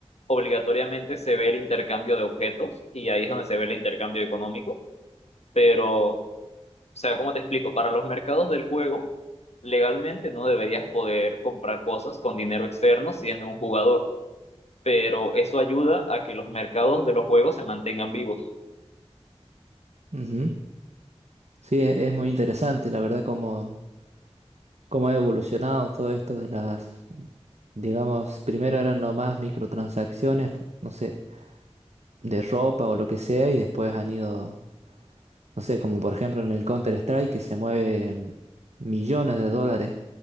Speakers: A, on the left; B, on the right.
A: obligatoriamente se ve el intercambio de objetos y ahí es donde se ve el intercambio económico, pero o sea, ¿cómo te explico? Para los mercados del juego, legalmente no deberías poder comprar cosas con dinero externo siendo un jugador, pero eso ayuda a que los mercados de los juegos se mantengan vivos.
B: Ujú. Sí, e- es muy interesante, la verdad, cómo, cómo ha evolucionado todo esto de las, digamos, primero eran nomás microtransacciones, no sé, de ropa o lo que sea, y después han ido, no sé, como por ejemplo en el Counter-Strike, que se mueven millones de dólares